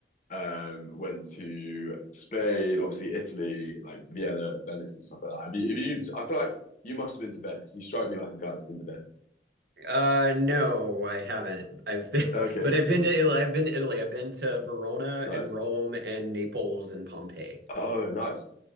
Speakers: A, on the left (about 40°); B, on the right (about 55°).
A: Um, went to Spain, obviously Italy, like Vienna, Venice, and stuff like that. Have you, have you, I feel like you must have been to Venice. You strike me like a guy that's been to Venice.
B: Uh, no, I haven't. I've been,
A: Okay,
B: <laughs> but I've been to Italy. I've been to Italy. I've been to Verona
A: nice.
B: and Rome and Naples and Pompeii.
A: Oh, nice.